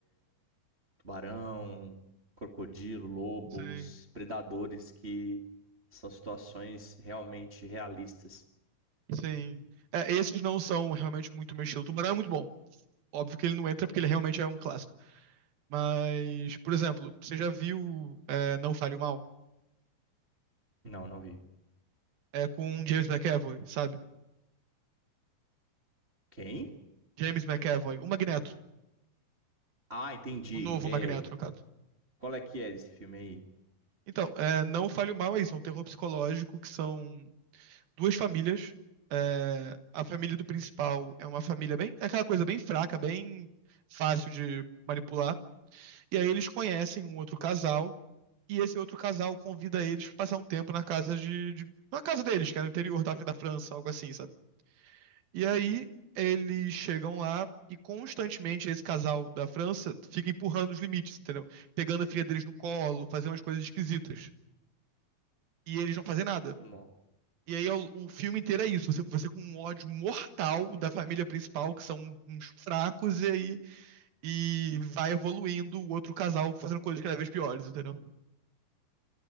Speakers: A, on the right; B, on the right.
A: Tubarão, crocodilo, lobos,
B: Sim,
A: predadores, que são situações realmente realistas.
B: sim. É, esses não são realmente muito meu estilo. Tubarão é muito bom. Óbvio que ele não entra porque ele realmente é um clássico. Mas, por exemplo, você já viu é, Não Fale o Mal?
A: Não, não vi.
B: É com James McAvoy, sabe?
A: Quem?
B: James McAvoy, o Magneto.
A: Ah, entendi.
B: O novo
A: É,
B: Magneto, no caso.
A: qual é que é desse filme aí?
B: Então, é, Não Fale o Mal é isso, é um terror psicológico que são duas famílias. É, a família do principal é uma família bem, é aquela coisa bem fraca, bem fácil de manipular. E aí eles conhecem um outro casal e esse outro casal convida eles para passar um tempo na casa de, de na casa deles, que é no interior da, da França, algo assim, sabe? E aí eles chegam lá e constantemente esse casal da França fica empurrando os limites, entendeu? Pegando a filha deles no colo, fazendo umas coisas esquisitas. E eles não fazem nada.
A: Não.
B: E aí é o, o filme inteiro é isso. Você, você com um ódio mortal da família principal, que são uns fracos, e aí e vai evoluindo o outro casal fazendo coisas cada vez piores, entendeu?